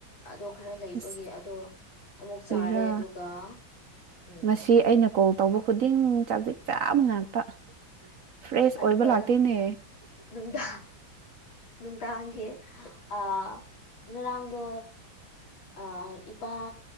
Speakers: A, on the left (about 80°); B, on the right (about 60°).
A: ꯑꯗꯣ ꯈꯔ ꯂꯩꯕꯒꯤ
B: ꯑꯁ
A: ꯑꯗꯣ ꯑꯃꯨꯛ
B: ꯀꯔꯤꯔꯥ
A: ꯆꯥꯔꯦ ꯑꯗꯨꯒ ꯎꯝ
B: ꯉꯁꯤ ꯑꯩꯅ ꯀꯣꯜ ꯇꯧꯕ ꯈꯨꯗꯤꯡ ꯆꯖꯤꯛ ꯆꯥꯕ ꯉꯥꯛꯇ ꯐ꯭ꯔꯦꯁ
A: ꯑꯗꯨꯒ
B: ꯑꯣꯏꯕ ꯂꯥꯛꯇꯦꯅꯦ
A: ꯅꯨꯡꯗꯥ ꯅꯨꯡꯗꯥꯡꯒꯤ ꯑ ꯉꯔꯥꯡꯗꯣ ꯑꯥ ꯏꯄꯥ